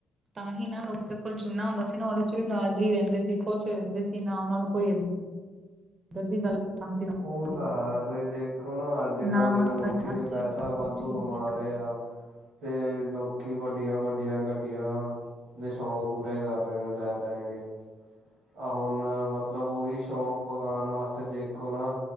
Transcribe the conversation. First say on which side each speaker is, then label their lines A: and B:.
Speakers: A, on the right; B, on the right.
A: ਤਾਂ ਹੀ ਨਾ ਲੋਕਾਂ ਕੋਲ ਜਿੰਨਾ ਹੁੰਦਾ ਸੀ ਨਾ ਓਦੇ ਚ ਵੀ ਰਾਜ਼ੀ ਰਹਿੰਦੇ ਸੀ, ਖੁਸ਼ ਰਹਿੰਦੇ ਸੀ ਨਾ ਉਹਨਾਂ ਨੂੰ ਕੋਈ ਇੱਧਰ ਦੀ ਗੱਲ ਸਮਝ ਨਾ
B: ਉਹ
A: ਆਉਂਦੀ
B: ਤਾਂ ਹੈ ਤੁਸੀਂ ਦੇਖੋ ਨਾ ਅੱਜ
A: ਨਾ
B: -ਕੱਲ ਜਿਵੇਂ
A: ਮੰਗਾਈਆਂ
B: ਲੋਕੀ ਦੇ
A: ਸੀ
B: ਪੈਸਾ
A: ਨਾ ਕੁਛ
B: ਵਾਧੂ
A: ਸੀਗੀਆਂ।
B: ਕਮਾ ਰਹੇ ਆ ਤੇ ਲੋਕੀ ਵੱਡੀਆਂ -ਵੱਡੀਆਂ ਗੱਡੀਆਂ ਦੇ ਸ਼ੌਂਕ ਪੂਰੇ ਕਰ ਰਹੇ ਨੇ ਲੈ- ਲੈ ਕੇ। ਆ ਹੁਨ ਮਤਲਬ ਉਹੀ ਸ਼ੌਕ ਪਕਾਣ ਵਾਸਤੇ ਦੇਖੋ ਨਾ